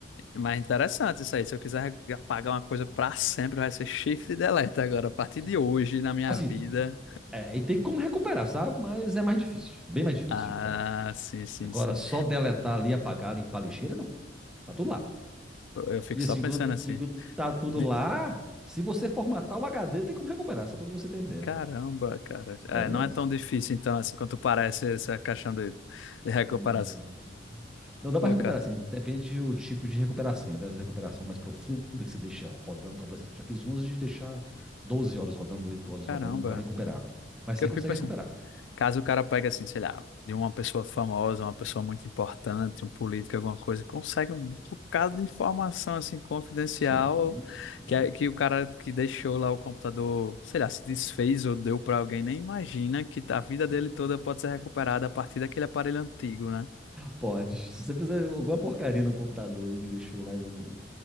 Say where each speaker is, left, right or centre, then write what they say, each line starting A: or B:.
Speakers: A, on the left (about 80°); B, in the centre.
A: Mas é interessante isso aí. Se eu quiser apagar uma coisa pra sempre, vai ser shift e delete agora. A partir
B: Sim.
A: de hoje, na minha
B: Assim,
A: vida.
B: é, e tem como recuperar, sabe? Mas é mais difícil. Bem mais difícil
A: Ah,
B: de recuperar.
A: sim, sim,
B: Agora,
A: sim.
B: só deletar ali, apagar, limpar a lixeira, não. Tá tudo lá.
A: Eu, eu fico
B: E
A: só
B: assim,
A: pensando
B: quando eu
A: assim.
B: digo tá tudo
A: de-
B: lá, se você formatar o HD, tem como recuperar, só pra você entender.
A: Caramba, cara. É,
B: Sério
A: não
B: mesmo.
A: é tão difícil, então, assim, quanto parece essa questão de, de recuperação.
B: Não, não dá
A: Pô,
B: pra recuperar,
A: cara,
B: assim, depende do tipo de recuperação, né? Tem as recuperações mais profundas que você deixa rodando, como por exemplo, eu já fiz umas de deixar 12 horas rodando, oito horas
A: caramba.
B: rodando pra recuperar. Mas
A: Porque
B: você
A: eu
B: consegue
A: fico pensando.
B: recuperar.
A: Caso o cara pegue assim, sei lá, de uma pessoa famosa, uma pessoa muito importante, um político, alguma coisa, consegue um bocado de informação assim confidencial
B: Sim, sim,
A: que, é- que o cara que deixou lá o computador, sei lá, se desfez ou deu para alguém, nem imagina que a vida
B: sim.
A: dele toda pode ser recuperada a partir daquele aparelho antigo, né?
B: Pode. Se você fizer alguma porcaria no computador e deixou lá e não,